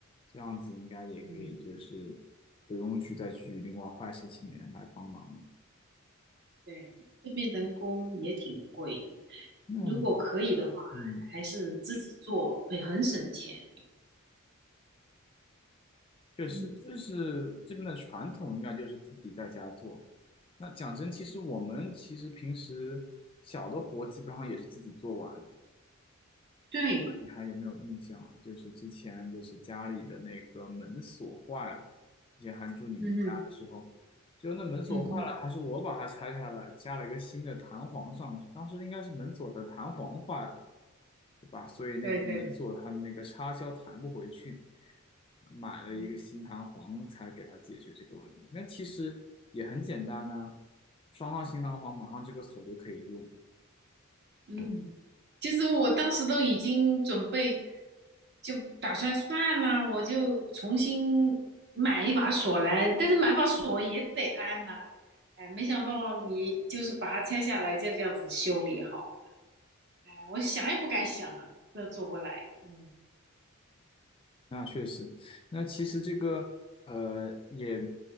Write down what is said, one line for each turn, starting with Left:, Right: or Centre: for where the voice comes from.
Left: 这样子应该也可以，
Right: 嗯，
Left: 就是不用去再去另外花一些请人来帮忙了。
Right: 对，这边人工也挺贵，
Left: 那
Right: 如果可以的话，
Left: 嗯，
Right: 还是自己做会很省钱。
Left: 确实，
Right: 嗯，
Left: 就是这边的传统应该就是自己在家做。那讲真，其实我们其实平时小的活基本上也是自己做完，
Right: 对，
Left: 你还有没有印象啊？就是之前就是家里的那个门锁坏了，之前还住你们家的时候，
Right: 嗯哼，
Left: 就那门锁坏了，
Right: 嗯哼，
Left: 还是我把它拆下来，加了一个新的弹簧上去。当时应该是门锁的弹簧坏了，对吧？所以那个门锁它的那个插销弹不回去，
Right: 对对，
Left: 买了一个新弹簧才给它解决这个问题。
Right: 嗯
Left: 那其实也很简单呐、装上新弹簧，马上这个锁就可以用。
Right: 嗯，其实我当时都已经准备，就打算算了，我就重新买一把锁来，但是买把锁也得安呐、哎，没想到你就是把它拆下来，就这样子修理好了，哎，我想也不敢想啊，这做不来，嗯。
Left: 那确实，那其实这个呃也